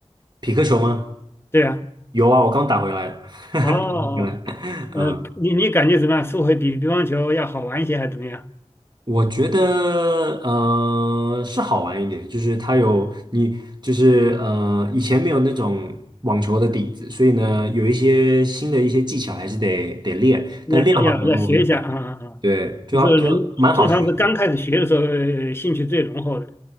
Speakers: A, on the right; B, on the left.
A: 匹克球吗？
B: 对啊，
A: 有啊，我刚打回来。
B: 哦哦，
A: 对，
B: 呃，
A: 嗯，
B: 你你感觉怎么样？是会比乒乓球要好玩一些，还是怎么样？
A: 我觉得呃是好玩一点，就是它有你就是呃以前没有那种网球的底子，所以呢有一些新的一些技巧还是得得练，
B: 要要要要学一下啊啊啊！
A: 但练好以后，对，就好就蛮好学的。
B: 就是人通常是刚开始学的时候，呃兴趣最浓厚的。